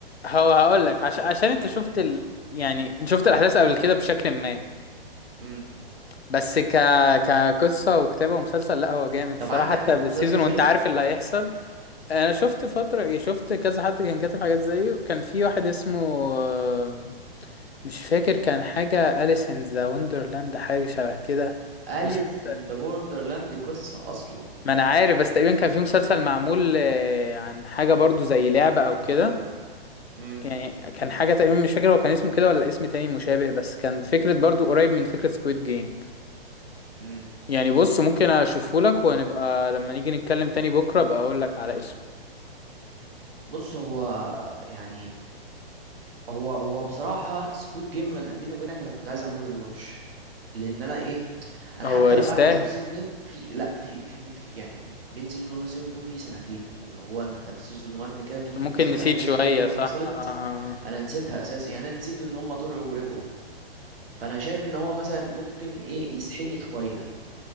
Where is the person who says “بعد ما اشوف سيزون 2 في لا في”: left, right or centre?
Right